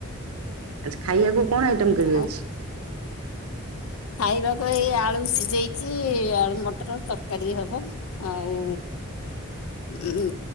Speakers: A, on the right (about 85°); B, on the left (about 75°).
A: ଆଚ୍ଛା ଖାଇବାକୁ କଣ ଆଇଟମ କରିବେ
B: ଆଉ
A: ଆଜି?
B: ଖାଇବାକୁ ଏଇ ଆଳୁ ସିଝେଇଚି ଆଳୁମଟର ତରକାରୀ ହବ। ଆଉ ଉଁ